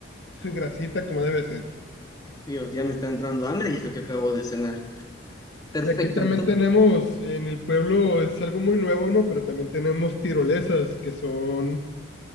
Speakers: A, on the left; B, on the left.
A: su grasita, como debe ser.
B: Dios, ya me está entrando hambre y esto que acabo de cenar. Perfecto,
A: Y aquí también
B: entonces.
A: tenemos, en el pueblo es algo muy nuevo, ¿no? Pero también tenemos tirolesas, que son